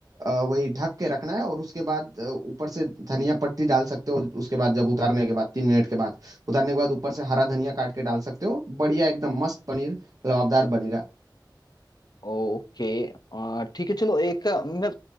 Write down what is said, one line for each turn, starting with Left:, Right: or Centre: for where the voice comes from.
Right: अ, वही ढक के रखना है और उसके बाद अ, ऊपर से धनिया पत्ती डाल सकते हो उसके बाद जब उतारने के बाद तीन मिनट के बाद उतारने के बाद ऊपर से हरा धनिया काट के डाल सकते हो बढ़िया एकदम मस्त पनीर लबाबदार बनेगा
Left: ओके आ, ठीक है चलो एक आ, मैं